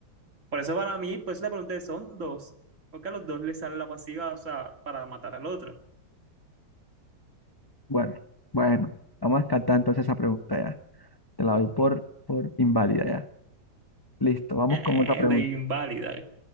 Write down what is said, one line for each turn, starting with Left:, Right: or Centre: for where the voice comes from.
Right: Por eso para mí, pues le pregunté, son dos, porque a los dos les sale la pasiva, o sea, para matar al otro.
Left: Bueno, bueno, vamos a descartar entonces esa pregunta ya. Te la doy por, por inválida ya. Listo, vamos
Right: Eh,
Left: con otra pregunta.
Right: de inválida.